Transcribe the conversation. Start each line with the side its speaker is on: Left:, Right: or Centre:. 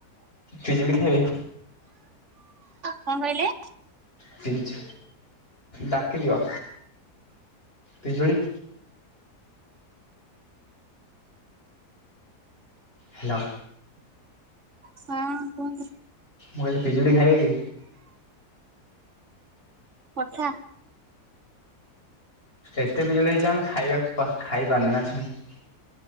Left: ପିଜୁଳି ଖାଇବେ?
Right: କଣ କହିଲେ?
Left: ପିଜ୍ ଡାକିଦିଅ, ପିଜୁଳି ହେଲୋ
Right: ହଁ କୁହନ୍ତୁ?
Left: ମୁଁ କହିଲି ପିଜୁଳି ଖାଇବେ କି?
Right: ପଠା।
Left: ଏତେ ପିଜୁଳି ହେଇଚି ଆମେ ଖାଇବାକୁ ପା, ଖାଇ ପାରୁନୁ ଜାଣିଚୁ ନା ନାଇଁ?